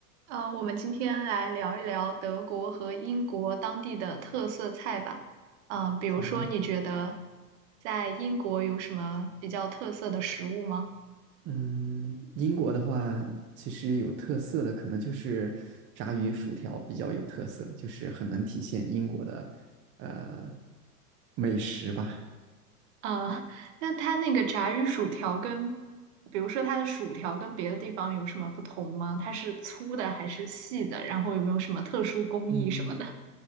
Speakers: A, on the right; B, on the right.
A: 呃，我们今天来聊一聊德国和英国当地的特色菜吧。嗯、比如说，
B: 好啊，
A: 你觉得在英国有什么比较特色的食物吗？
B: 嗯，英国的话，其实有特色的可能就是炸鱼薯条比较有特色，就是很能体现英国的呃美食吧。
A: 嗯、那它那个炸鱼薯条跟，比如说它的薯条跟别的地方有什么不同吗？它是粗的还是细的？然后有没有什么特殊工艺什么的？
B: 嗯，